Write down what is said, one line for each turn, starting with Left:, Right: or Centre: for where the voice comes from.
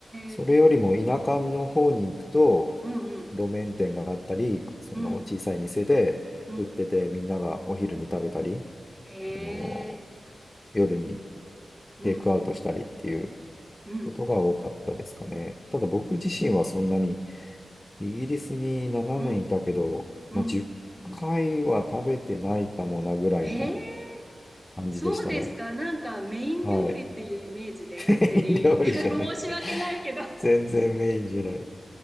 Left: それよりも田舎の方に行くと、
Right: え。うんうん。
Left: 路面店があったり、その小さい店で売ってて、
Right: うん。うん。
Left: みんながお昼に食べたり、
Right: へ
Left: あの、
Right: え。
Left: 夜に
Right: うん
Left: テイクアウトしたりっていう
Right: うん。
Left: ことが多かったですかね。
Right: うん。
Left: ただ僕自身はそんなに、イギリスに7年いたけど、
Right: うん。うん。
Left: まあ、10回は食べてないかもなぐらいの
Right: ええ。
Left: 感じでしたね。
Right: そうですか。なんかメイン料理っていうイメージで勝手に
Left: はい。<laughs> メイン料理じゃない。
Right: <laughs> 申し訳ないけど
Left: 全然メインじゃない。